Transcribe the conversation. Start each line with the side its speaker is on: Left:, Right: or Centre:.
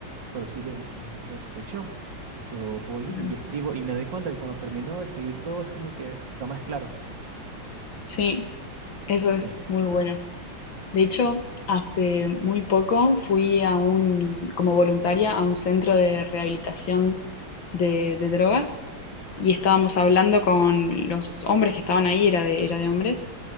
Right: por decir, de introspección. Yo voy
Left: Claro.
Right: y escribo y me doy cuenta que cuando termino de escribir todo es como que está más claro.
Left: Sí, eso
Right: Sí.
Left: es muy bueno. De hecho,
Right: sí.
Left: hace muy poco fui a un, como voluntaria a un centro de rehabilitación de, de drogas y estábamos hablando con los hombres que estaban ahí, era de, era de hombres,